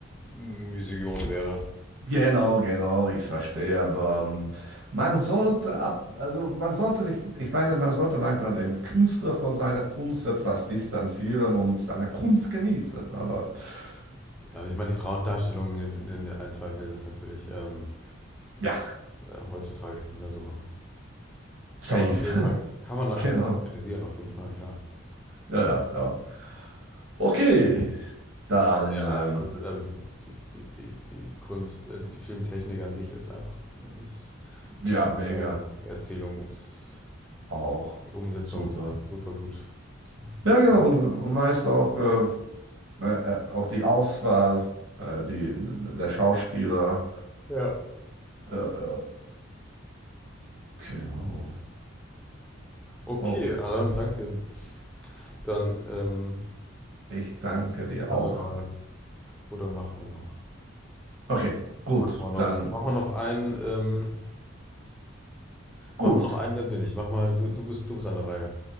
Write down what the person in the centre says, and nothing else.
M- Musion wäre.
Ja, und ich meine, die Frauendarstellung in, in den ein, zwei Filmen ist natürlich ähm,
ja, heutzutage nicht mehr so.
Kann man auf jeden Fall, kann man, kann
man kritisieren, auf jeden Fall, klar.
Aber ja,
aber, das- aber die, die, die, die, die die Kunst, äh, die, die Filmtechnik an sich ist einfach, ist,
und
die äh, Erzählung ist,
die Umsetzung
ist super gut. Ist einfach gut.
Ja.
Hm. Okay,
Adam, danke. Dann, ähm,
warte
mal, oder machen wir noch?
Machen wir noch,
machen wir noch einen, ähm,
machen wir noch einen, wer bin ich? Mach mal, du, du bist, du bist an der Reihe.